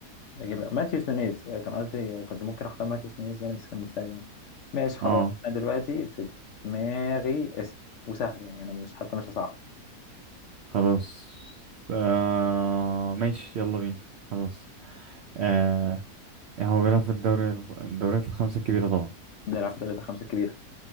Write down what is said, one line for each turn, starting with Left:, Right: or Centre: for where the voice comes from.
Left: اجيب ماتيوس نونيز آه، كان قصدي آه، كنت ممكن اختار ماتيوس نونيز يعني بس كان مفتري يعني ماشي خلاص
Right: اه
Left: انا دلوقتي في دماغي اسم وسهل يعني انا مش حتى مش هصعب
Right: خلاص آه ماشي يلا بينا خلاص آه هو بيلعب في الدوري الدوريات الخمسة الكبيرة طبعا
Left: بيلعب في دوري الخمسة الكبيرة